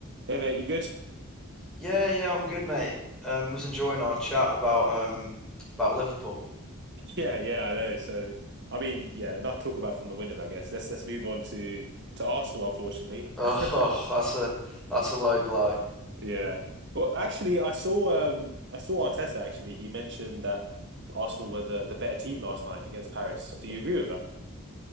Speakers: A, on the right; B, in the centre.
A: Hey mate, you good? <laughs>
B: Yeah, yeah, I'm good, mate. Um, was enjoying our chat about um about Liverpool.
A: Yeah, yeah, I know. So, I mean, yeah, enough talk about from the winners, I guess. Let's let's move on to to Arsenal, unfortunately.
B: Oh,
A: <laughs>
B: oh, that's a that's a low blow.
A: Yeah. Well, actually, I saw um I saw Arteta actually. He mentioned that Arsenal were the the better team last night against Paris. Do you agree with that?